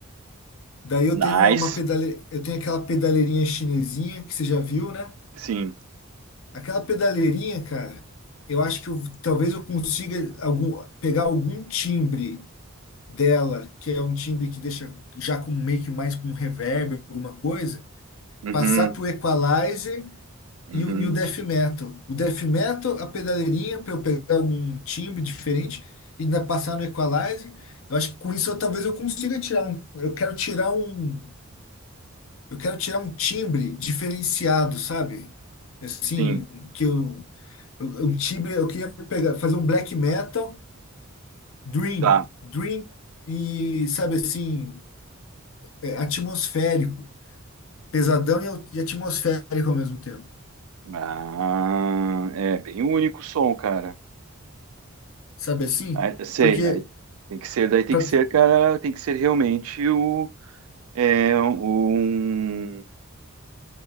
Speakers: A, on the left; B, on the right.
A: Daí eu
B: Nice.
A: tenho uma pedale... eu tenho aquela pedaleirinha chinesinha que você já viu, né?
B: Sim.
A: Aquela pedaleirinha, cara, eu acho que eu- talvez eu consiga algum- pegar algum timbre dela, que é um timbre que deixa já com meio que mais com reverb, alguma coisa,
B: Uhum.
A: passar pro equalizer
B: Uhum.
A: e o, e o death metal. O death metal, a pedaleirinha, para eu pegar algum timbre diferente e ainda passar no equalizer. Eu acho que com isso eu, talvez eu consiga tirar um. Eu quero tirar um. Eu quero tirar um timbre diferenciado, sabe? Assim,
B: Sim.
A: que eu, um time, eu queria pegar, fazer um black metal, dream,
B: Tá.
A: dream e, sabe assim, é, atmosférico, pesadão e, at- e atmosférico ao mesmo tempo,
B: Ah, é bem único o som, cara.
A: sabe assim?
B: Aí, eu sei.
A: Porque
B: Aí tem que ser, daí tem
A: para
B: que ser, cara, tem que ser realmente o é um.